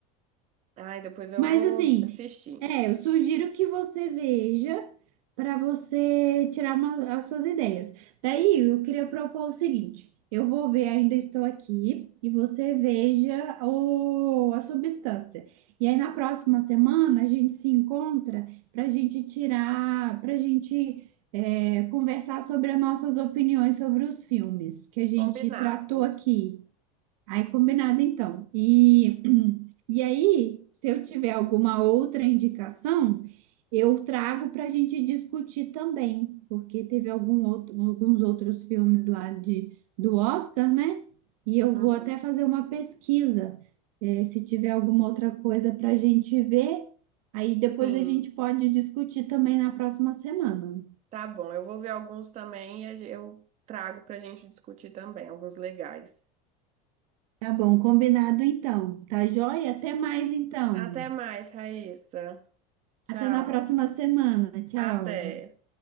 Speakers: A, on the right; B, on the right.
A: Ai, depois eu
B: Mas
A: vou
B: assim,
A: assistir.
B: é, eu sugiro que você veja para você tirar uma- as suas ideias. Daí eu queria propor o seguinte: eu vou ver Ainda Estou Aqui e você veja o, a substância. E aí na próxima semana a gente se encontra para a gente tirar, para a gente é, conversar sobre as nossas opiniões sobre os filmes que a gente
A: Combinado.
B: tratou aqui. Aí combinado então. E e aí, se eu tiver alguma outra indicação, eu trago para a gente discutir também, porque teve algum outro- alguns outros filmes lá de, do Oscar, né? E eu
A: Uhum,
B: vou até fazer uma pesquisa, eh, se tiver alguma outra coisa para a gente ver, aí depois
A: Sim,
B: a gente pode discutir também na próxima semana.
A: tá bom. Eu vou ver alguns também e a gen- eu trago pra gente discutir também, alguns legais.
B: Tá bom, combinado então. Tá joia? Até mais então.
A: Até mais, Raíssa. Tchau.
B: Até na próxima semana. Tchau.
A: Até.